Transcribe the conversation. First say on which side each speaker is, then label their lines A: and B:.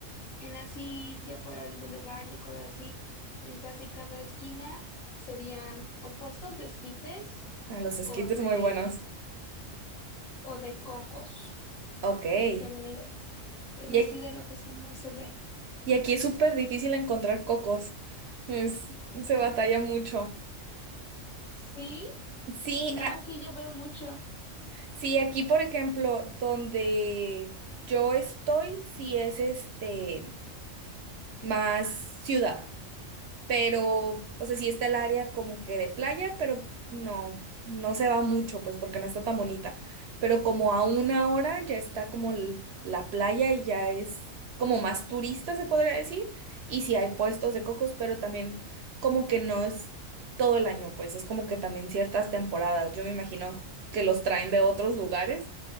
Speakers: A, on the left; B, on the right.
A: en así, ya por el boulevard y cosas así, en casi cada esquina serían o puestos de esquites
B: A los esquites
A: o de,
B: muy buenos.
A: o de cocos,
B: Ok. Y,
A: yo creo. Es
B: ac-
A: así de lo que se más se ve.
B: y aquí es súper difícil encontrar cocos. Es- se batalla mucho.
A: Sí,
B: Sí,
A: no, aquí yo veo mucho.
B: Sí, aquí, por ejemplo, donde yo estoy, sí es este más ciudad, pero, o sea, sí está el área como que de playa, pero no, no se va mucho, pues porque no está tan bonita. Pero como a una hora ya está como l- la playa y ya es como más turista, se podría decir, y sí hay puestos de cocos, pero también como que no es todo el año, pues es como que también ciertas temporadas, yo me imagino que los traen de otros lugares